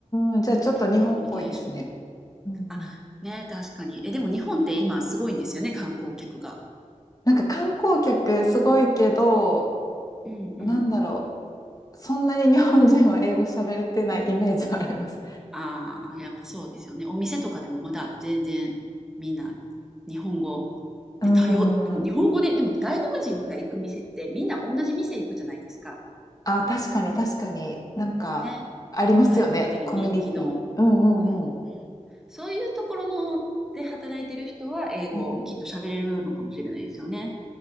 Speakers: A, on the left; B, in the centre.
A: ーん。じゃあちょっと日本っぽいですね。
B: そう、ちょっとコミュニケーション。
A: うんうん。
B: あ、ね、確かに。え、でも日本って今すごいんですよね、観光客が。
A: なんか観光客すごいけど、
B: うんうん。
A: なんだろう。そんなに日本人は英語喋れてないイメージはあります。
B: ああ、やっぱそうですよね。お店とかでもまだ全然みんな日本語
A: うーん。
B: で対応でも日本語で、でも外国人が行く店ってみんな同じ店行くじゃないですか。
A: あ、確かに確かになんかありますよね。
B: ね。外国人に人気の。
A: コミュニティ。うんうんうん。
B: うん。そういうところので働いてる人は英語をきっと喋れるのかもしれないですよね。
A: うん。